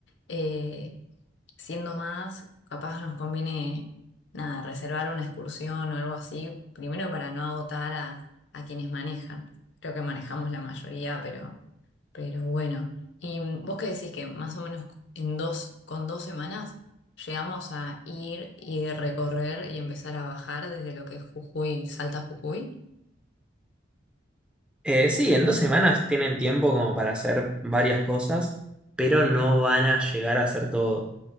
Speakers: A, on the left; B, in the centre.
A: eh, siendo más, capaz nos conviene, nada, reservar una excursión o algo así, primero para no agotar a, a quienes manejan. Creo que manejamos la mayoría, pero, pero bueno. ¿Y mm, vos qué decís que más o menos en dos, con dos semanas llegamos a ir y recorrer y empezar a bajar desde lo que es Jujuy, Salta a Jujuy?
B: Eh, sí, en dos semanas tienen tiempo como para hacer varias cosas, pero no van a llegar a hacer todo,